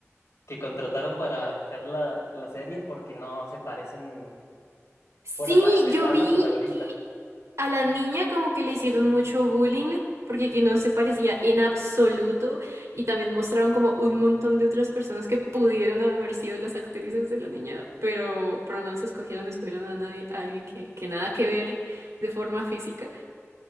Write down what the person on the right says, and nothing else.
Sí,
yo vi
que a la niña como que le hicieron mucho bullying porque que no se parecía en absoluto y también mostraron como un montón de otras personas que pudieron haber sido las actrices de la niña, pero, pero no las escogieron, escogieron a nadie, a alguien que, que nada que ver de forma física.